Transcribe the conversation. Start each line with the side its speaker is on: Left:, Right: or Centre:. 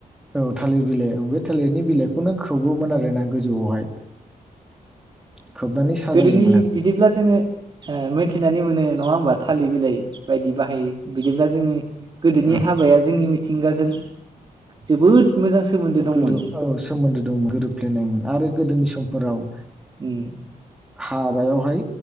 Centre: औ थालिर बिलाइ औ बे थालिरनि बिलाइखौ खौनो खोबोमोन आरोना गोजौआवहाय खोबनानै साजायोमोन
Right: गोदोनि बिदिब्ला जोङो ओ मोनथिनानै मोनो नङा होमबा थालिर बिलाइ बायदि बाहायो बिदिब्ला जोङो गोदोनि
Centre: आरो
Right: हाबाया जोंनि मिथिंगाजों जोबोद मोजां सोमोन्दो दंमोन
Centre: गोरो औ सोमोन्दो दं गोरोबफ्लेनायमोन आरो गोदोनि समफोराव ओ
Right: उम
Centre: हाबायावहाय